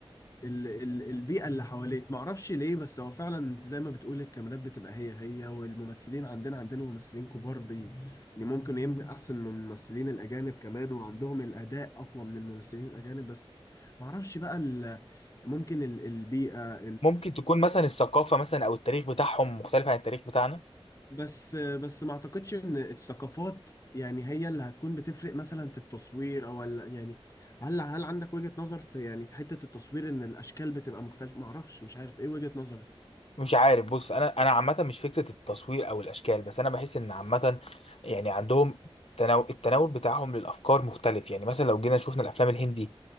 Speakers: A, on the left; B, on the left.
A: ال ال البيئة اللي حواليك ما اعرفش ليه بس هو فعلا زي ما بتقول الكاميرات بتبقى هي هي والممثلين عندنا عندنا ممثلين كبار بي بي- ممكن يمكن احسن من الممثلين الاجانب كمان وعندهم الاداء اقوى من الممثلين الاجانب بس ما اعرفش بقى ال- ممكن ال- البيئة
B: ممكن تكون مثلا الثقافة مثلا او التاريخ بتاعهم مختلف عن التاريخ بتاعنا
A: بس بس ما اعتقدش ان الثقافات يعني هي اللي هتكون بتفرق مثلا في التصوير او ال- يعني هل هل عندك وجهة نظر في يعني في حتة التصوير ان الاشكال بتبقى مختلفة ما اعرفش مش عارف ايه وجهة نظرك
B: مش عارف بص انا انا عامة مش فكرة التصوير او الاشكال بس انا بحس ان عامة يعني عندهم تناو... التناول بتاعهم للافكار مختلف يعني مثلا لو جينا شفنا الافلام الهندي